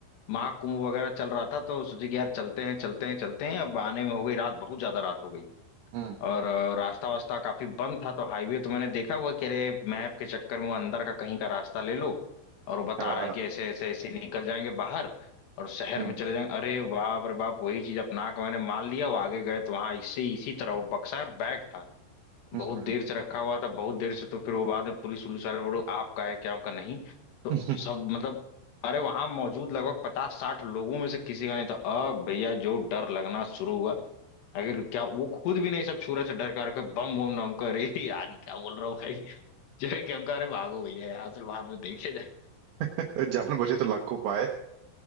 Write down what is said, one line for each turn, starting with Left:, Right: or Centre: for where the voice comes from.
Left: महाकुंभ वगैरह चल रहा था तो सोचे कि यार चलते हैं चलते हैं चलते हैं अब आने में हो गई रात बहुत ज्यादा रात हो गई
Right: हम्म
Left: और अ, रास्ता वास्ता काफी बंद था तो हाईवे तो मैंने देखा हुआ कह रहे मैप के चक्कर में वो अंदर का कहीं का रास्ता ले लो और वो बता
Right: हाँ
Left: रहा है
Right: हाँ,
Left: कि ऐसे ऐसे ऐसे निकल जाएंगे बाहर और शहर
Right: हम्म
Left: में चले जाएंगे अरे बाप रे बाप वही चीज अपना के मैंने मान लिया वो आगे गए तो वहां इससे इसी तरह वो बक्सा बैग था बहुत
Right: हम्म
Left: देर से रखा हुआ था बहुत देर से तो फिर वो बाद में पुलिस उलिस वाले बोलो आपका है क्या आपका नहीं तो
Right: हम्म।
Left: सब मतलब अरे वहां मौजूद लगभग पचास साठ लोगों में से किसी का नहीं था अब भैया जो डर लगना शुरू हुआ अगर क्या वो खुद भी नहीं सब छू रहे थे डर कर कर बम बम नाम कर अरे यार क्या बोल रहा हूँ भाई <laughs> जो है कि हम कहा, अरे भागो भैया यहाँ से बाद में देखे जाए
Right: <laughs> जान बचे तो लाखों पाए